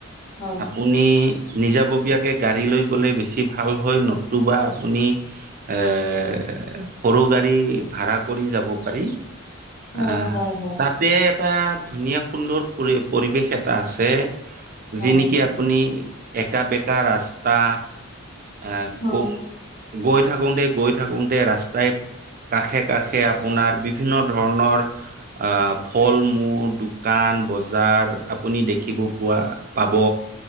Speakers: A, on the left (about 45°); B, on the right (about 40°).
A: হয়
B: আপুনি নিজাববীয়াকে গাড়ী লৈ গলে বেছি ভাল হয় নতুবা আপুনি এ এ সৰু গাড়ী ভাৰা কৰি যাব পাৰি
A: অ
B: আহ
A: হয় হয়
B: তাতে এটা ধুনীয়া সুন্দৰ পৰি পৰিৱেশ এটা আছে
A: হয়
B: যি নেকি আপুনি একা বেকা ৰাস্তা আহ
A: হয়।
B: গ গৈ থাকোতে গৈ থাকোতে ৰাস্তাই কাষে কাষে আপোনাৰ বিভিন্ন ধৰণৰ আহ ফল মূল দোকান বজাৰ আপুনি দেখিব পোৱা পাব